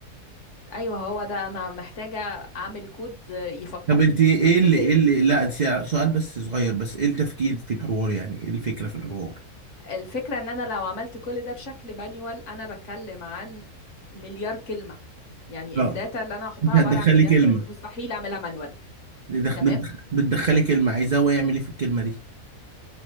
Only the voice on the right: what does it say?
طب انت ايه اللي
ايه اللي لا سع- سؤال بس صغير بس ايه التفكير في الحوار يعني ايه الفكره في الحوار
اه
انت
هتدخلي
كلمه
بتدخ-
بتدخ- بتدخلي كلمه عايزاه هو يعمل ايه في الكلمه دي